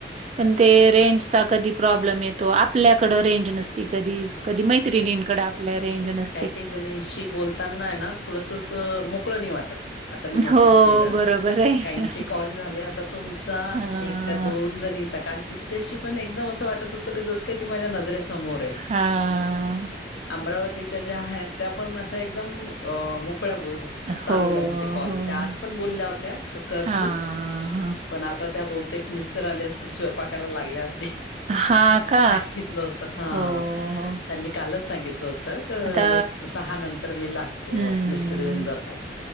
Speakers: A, on the right; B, on the left.
A: पण ते रेंजचा कधी प्रॉब्लेम येतो आपल्याकडं रेंज नसती कधी कधी मैत्रिणींकडे आपल्या रेंज नस
B: काय काही जणीशी बोलताना आहे ना थोडसं असं मोकळ नाही वाटत. आता मी नोटीस
A: हो,
B: केलं
A: बरोबर आहे.
B: काहींचे कॉल झाले आता तुमचा
A: हां,
B: एक त्या दोन जणी चा काल तिच्याशी पण एकदम असं वाटत होतं की जस की ती माझ्या नजरेसमोर आहे.
A: हां.
B: अमरावतीच्या ज्या आहेत त्या पण अशा एकदम अ मोकळ्या बोल चालू
A: हो,
B: आहे आमचे कॉल
A: हो.
B: त्या आज पण बोलल्या होत्या क कर
A: हां,
B: तू
A: हां.
B: पण आता त्या बहुतेक मिस्टर आले असतील स्वयपाकाला लागल्या असतील.
A: हां का?
B: सांगितलं होत हा.
A: हो, हो.
B: त्यांनी कालच सांगितलं होतं क
A: आता
B: सहा नंतर मी लागते
A: हं.
B: वॉस मिस्टर येऊन जातात.